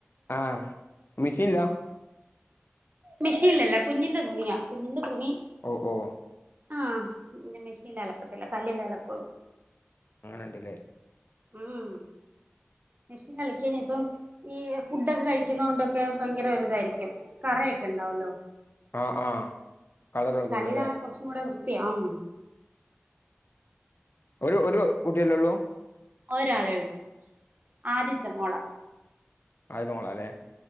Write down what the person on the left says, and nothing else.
ആഹ മെഷീനില
ഒ ഓ
അങ്ങനെണ്ട്ല്ലേ
ആഹ് ആഹ് കളർ എളകുവല്ലോ
ല്ലേ
ഒരു ഒരു കുട്ടിയല്ലേ ഉള്ളൂ
ആദ്യത്തെ മോളാ ല്ലേ